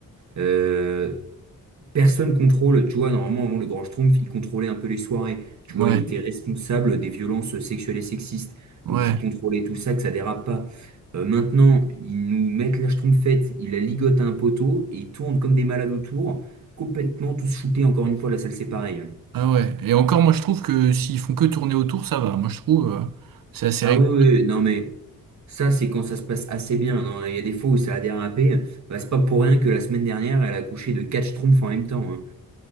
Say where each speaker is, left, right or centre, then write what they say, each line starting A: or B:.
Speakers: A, on the right; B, on the right.
A: euh, Personne contrôle, tu vois, normalement, avant le Grand Schtroumpf, il contrôlait un peu les soirées. Tu
B: Ouais,
A: vois, il était responsable des violences sexuelles et sexistes.
B: ouais.
A: Donc, il contrôlait tout ça, que ça dérape pas. Euh, maintenant, ils nous mettent la Schtroumpfette, ils la ligotent à un poteau et ils tournent comme des malades autour, complètement tous shootés. Encore une fois, la salle, c'est pareil.
B: Ah ouais. Et encore, moi, je trouve que s'ils font que tourner autour, ça va. Moi, je trouve, euh, c'est assez
A: Ah
B: régulier.
A: oui, oui, non, mais ça, c'est quand ça se passe assez bien. Non, il y a des fois où ça a dérapé. Bah, c'est pas pour rien que la semaine dernière, elle a couché de quatre Schtroumpfs en même temps. hein.